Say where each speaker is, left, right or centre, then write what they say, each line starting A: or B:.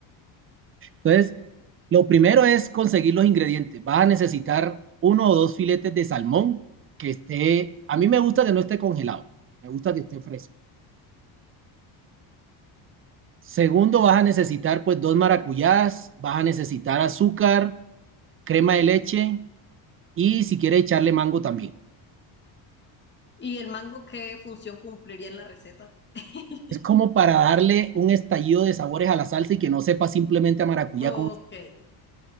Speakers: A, on the right (about 30°); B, on the left (about 25°).
A: Entonces Lo primero es conseguir los ingredientes. Vas a necesitar uno o dos filetes de salmón que esté, a mí me gusta que no esté congelado, me gusta que esté fresco. Segundo, vas a necesitar pues dos maracuyás, vas a necesitar azúcar, crema de leche y si quieres echarle mango también.
B: ¿Y el mango qué función cumpliría en la receta? <laughs>
A: Es como para darle un estallido de sabores a la salsa y que no sepa simplemente a maracuyá.
B: Ok.
A: Con...